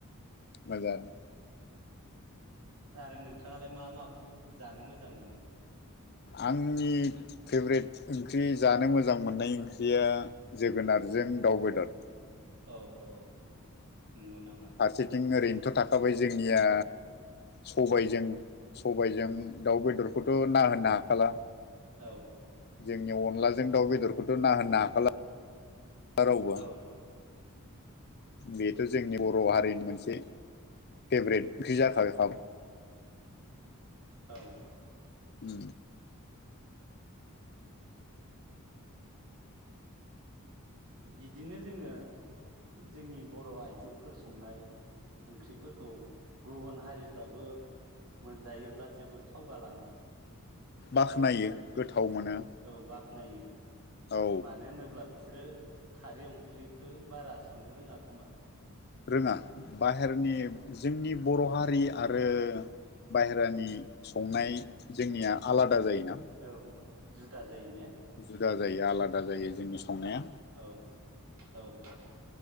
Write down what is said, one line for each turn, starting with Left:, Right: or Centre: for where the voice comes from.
Left: माजार
Right: आरो नोंथाङालाय मा माखौ जानो मोजां मोनो?
Left: आंनि फेभ्रेट ओंख्रि जानो मोजां मोननाय ओंख्रिया जोगोनार जों दावबेदद।
Right: औ औ नंगौ नामा
Left: फारसेथिं ओरैनोथ' थाखाबाय जोंनिया सबायजों सबायजों दाउ बेदरखौथ' ना होनो हाखाला।
Right: औ
Left: जोंनि अनलाजों दाउ बेदरखौथ' ना होनो हाखाला रावबो
Right: औ
Left: बेथ' जोंनि बर'
Right: नंगौ
Left: हारिनि मोनसे फेभरेट ओंख्रि जाखागोनखा
Right: औ
Left: उ
Right: बिदिनो जोङो जोंनि बर' आइजोफोर संनाय ओंख्रिफोरखौ गुबुन हारिफ्राबो मोनजायोब्ला जोबोद थावगालाङो।
Left: बाख्नायो
Right: आरो गोथाव
Left: मोनो
Right: औ बाख्नायो।
Left: औ
Right: मानो होनोब्ला बिसो सोरो खारै ओंख्रिखौ बारा संनो रोङा खोमा।
Left: रोङा बाहेरनि जोंनि बर' हारि
Right: औ
Left: आरो बाहेरानि संनाय जोंनिया आलादा जायोना।
Right: औ जुदा जायो। ने
Left: जुदा जायो आलादा जायो। जोंनि
Right: औ
Left: संनाया
Right: औ औ।